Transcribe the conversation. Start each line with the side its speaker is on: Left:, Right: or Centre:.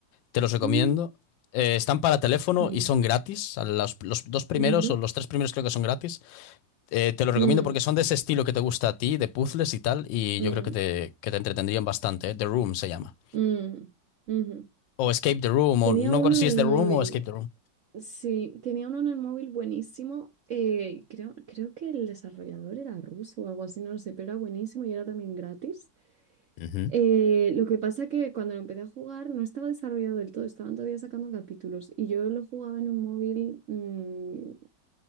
Left: te los recomiendo.
Right: Mm,
Left: Eh, están para teléfono
Right: mm,
Left: y son gratis. Los, los dos primeros
Right: ujú,
Left: o los tres primeros creo que son gratis. Eh, te lo recomiendo
Right: mm,
Left: porque son de ese estilo que te gusta a ti, de puzzles y tal, y
Right: mm,
Left: yo creo que te, que te entretendrían bastante. ¿eh? The Room se llama.
Right: mm, ujú.
Left: O Escape the Room,
Right: Tenía
Left: o no
Right: uno
Left: me acuerdo si
Right: en el
Left: es The
Right: móvil,
Left: Room o Escape the Room.
Right: sí, tenía uno en el móvil buenísimo. eh, creo, creo que el desarrollador era ruso o algo así, no lo sé, pero era buenísimo y era también gratis.
Left: Ujú,
Right: Eh, lo que pasa que cuando lo empecé a jugar no estaba desarrollado del todo, estaban todavía sacando capítulos y yo lo jugaba en un móvil mm,